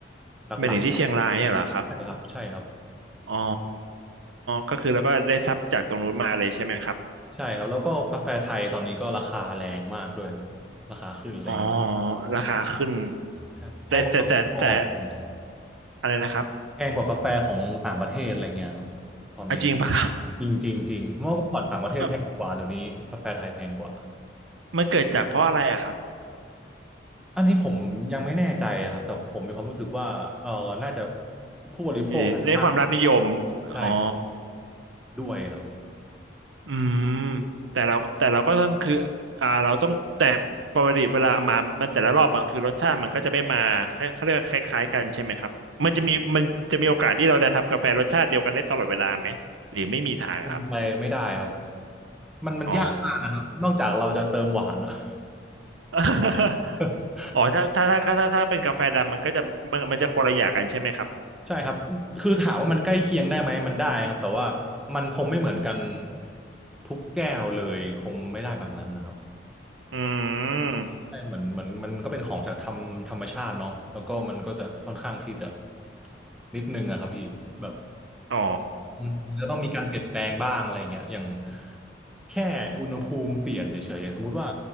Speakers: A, in the centre; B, on the right.
A: หลัก
B: ไม่ถึงที่เชียงรายเนี่ยเหรอครับ
A: ๆใช่ครับใช่ครับ
B: อ๋อก็คือเราก็ได้ทรัพย์จากตรงนู้นมาเลยใช่ไหมครับ
A: ใช่ครับแล้วก็กาแฟไทยตอนนี้ก็ราคาแรงมากด้วยครับราคาขึ้นเลย
B: อ๋อราคาขึ้น
A: ใช่แพงกว่าข้างนอกเลย
B: แต่แต่แต่แต่อะไรนะครับ
A: แพงกว่ากาแฟของต่างประเทศอะไรเงี้ยครับตอนนี้นะ
B: อ่ะจริงปะค
A: จริงจริงจริงเมื่อก่อนต่างประเทศแพงกว่าเดี๋ยวนี้กาแฟไทยแพงกว่า
B: รับ มันเกิดจากเพราะอะไรอะครับ
A: อันนี้ผมยังไม่แน่ใจนะครับแต่ผมมีความรู้สึกว่าเออน่าจะผู้บริโภคน่าจะมาก
B: มีได้ความรับนิยม
A: ใช่
B: อ๋อ
A: ด้วยครับ
B: อืมแต่เราแต่เราก็ต้องคืออ่าเราต้องแต่ปกติเวลามามันแต่ละรอบมันคือรสชาติมันก็จะไม่มาคล้ายเขาเรียกว่าคล้ายๆกันใช่ไหมครับ มันจะมีมันจะมีโอกาสที่เราจะทำกาแฟรสชาติเดียวกันได้ตลอดเวลาไหมหรือไม่มีทางครับ
A: เป็นไปไม่ได้ครับมันมันยากมากนะครับนอกจากเราจะเติมหวานอะ
B: อ๋อ <laughs>
A: <laughs>
B: อ๋อถ้าถ้าถ้าถ้าถ้าถ้าเป็นกาแฟดำมันก็จะมันมันจะคนละอย่างกันใช่ไหมครับ
A: ใช่ครับคือถามว่ามันใกล้เคียงได้ไหมมันได้ครับแต่ว่ามันคงไม่เหมือนกันทุกแก้วเลยคงไม่ได้แบบนั้นนะครับ
B: อืม
A: ใช่เหมือนเหมือนมันก็เป็นของจากธรรมธรรมชาติเนาะแล้วก็มันก็จะค่อนข้างที่จะนิดนึงอะครับพี่แบบ
B: อ๋อ
A: อืมจะต้องมีการเปลี่ยนแปลงบ้างอะไรเงี้ยอย่างแค่อุณหภูมิเปลี่ยนเฉยๆสมมุติว่า